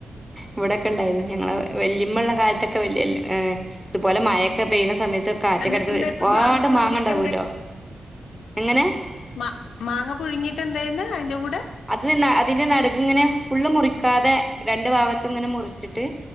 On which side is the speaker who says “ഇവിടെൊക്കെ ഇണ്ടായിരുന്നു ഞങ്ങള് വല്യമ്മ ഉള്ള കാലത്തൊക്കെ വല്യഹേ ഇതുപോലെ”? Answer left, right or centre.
Centre